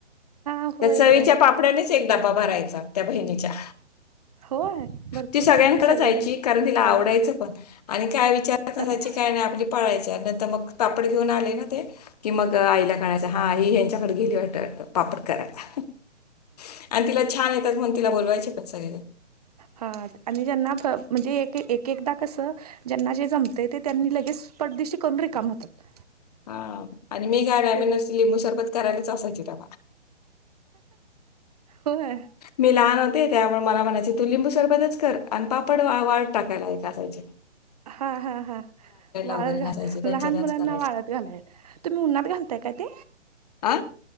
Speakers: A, on the right; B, on the left.
A: हा होय
B: त्या चवीच्या
A: होय
B: पापड्यानेच एक डाबा भरायचा त्या बहिणीच्या
A: होय भरपूर
B: ती सगळ्यांकडे
A: ते सगळेजण
B: जायची कारण तिला आवडायचं पण आणि काय विचारत न
A: करायला
B: त्याची काय नाही आपली पाळायच्या नंतर मग पापड घेऊन आले ना ते कि मग आईला कळायच हा आई यां्यांच्याकडे गेली वाट पापड करायला आणि तिला छान येतात म्हणून तिला बोलवायचे पत सगळे-
A: हां आणि जेना म्हणजे एक एक एकदा कसं? ज्यांना जे जमते ते त्यांनी लगेच पडदिशी करून रिकाम होतात.
B: हा आणि मी काय
A: ते
B: मी नुसती लिंबू सरबत करायलाच असायचे तेव
A: होय.
B: मी लहान होते त्यामुळे मला म्हणायचे तू लिंबू सरबतच कर आणि पापड वाट टाकायला आहे असायची.
A: हा हा हा वाळत
B: वगैरे नसायचे
A: घाला
B: त्यांच्या
A: लहान
B: त्याच
A: मुलांना
B: करायचे
A: वाळत घालाय. तुम्ही उन्हात घालताय का ते
B: आ